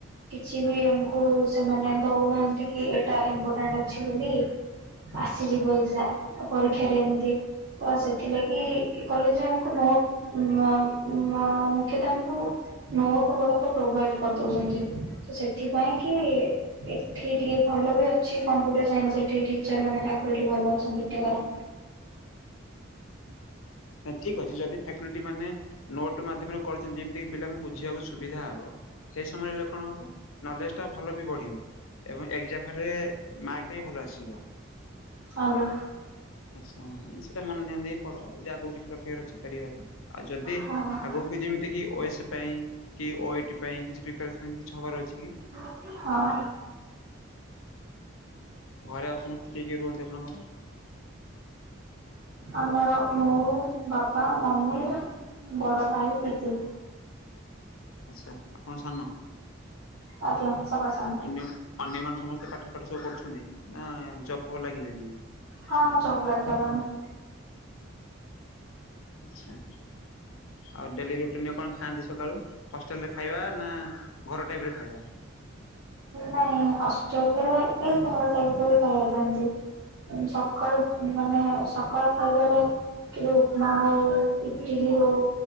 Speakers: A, on the right; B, on the left.
A: କିଛି ବି ଆମକୁ ସେମାନେ ଦଉନାହାନ୍ତି କି ଏଇଟା ଇମ୍ପୋଟାଣ୍ଟ ଅଛି ବୋଲି। ଆସିଯିବ
B: ଆଚ୍ଛା
A: ଏକଜାମ ତ ପରୀକ୍ଷାରେ ଏମତି ତ ସେଥିଲାଗି ଏ କଲେଜରେ ଆମୁକୁ ନୋ ଉଁ ବୋ ଆଉ ବୋ ଆଉ ମୁଖ୍ୟତଃ ଆମୁକୁ ନୋଟ ଗୁଡାକ ପ୍ରୋଭାଇଡ କରଦଉଚନ୍ତି ତ ସେଥି କାହିଁକି ଏଠି ଟିକେ ଭଲ ବି ଅଛି କମ୍ପ୍ୟୁଟର ସାଇନ୍ସ ସେଠି ଟିଚର୍ ମାନେ ଫାକଲ୍ଟି ଭଲ ଅଛନ୍ତି ଏଠିକାର
B: ଠିକ ଅଛି ଯଦି ଫାକଲିଟି ମାନେ ନୋଟ ମାଧ୍ୟମରେ କରିଛନ୍ତି ଯେମିତିକି ପିଲାଙ୍କୁ ବୁଝିବାକୁ ସୁବିଧା ହବ ସେଇ ସମୟରେ କଣ ହବ ନଲେଜ ଟା ଭଲ ବି ବଢିବ ଏବଂ ଏକଜାମରେ ମାର୍କ ବି ଭଲ ଆସିବ
A: ଆଜ୍ଞା।
B: ଆଛା ମାନେ ସେଟା ମନ ଦେଇ ପଢ ଯେ ଆଗକୁ କିଛି ରଖିବାର ଅଛି କରିବାର ଆଉ ଯଦି
A: ହଁ।
B: ଆଗକୁ ଯେମିତି କି ଓ ଏସ୍ ପାଇଁ କି ଓଇଟି ପାଇଁ କିଛି ପ୍ରିପାରେସନ୍ କିଛି ହବାର ଅଛି କି?
A: <unintelligible> ହଁ
B: ଘରେ ଆଉ ସମସ୍ତେ କିଏ କିଏ ରୁହନ୍ତି ଆପଣଙ୍କର?
A: ଆମର ମୁଁ ବାବା ମମି ବଡ ଭାଇ ଦିଦି
B: ଆଚ୍ଛା ଆପଣ ସାନ
A: ଆଜ୍ଞା ସବା ସାନ
B: ଅନ୍ୟ ଅନ୍ୟମାନେ ସମସ୍ତେ ପାଠ ପାଠ ସବୁ ପଢ଼ୁଛନ୍ତି ନା ଜବ୍ ଫବ୍ ଲାଗିଲେଣି
A: ହଁ ଜବ ଲାଗିଗଲାଣି
B: ଆଚ୍ଛା ଆଉ ଡେଲି ରୁଟିନ କଣ ଖାଆନ୍ତି ସକାଳୁ ହଷ୍ଟେଲରେ ଖାଇବା ନା ଘର ଟାଇପ ର ଖାଇବା
A: ନାଇଁ ହଷ୍ଟେଲରେ ଏଇ ଘର ଟାଇପ ର ଖାଇବା ଦିଅନ୍ତି ସକାଳୁ ମାନେ ସକାଳ ଖାଇବାରେ କି ଉପମା ହଉ ଇଟିଲି ହଉ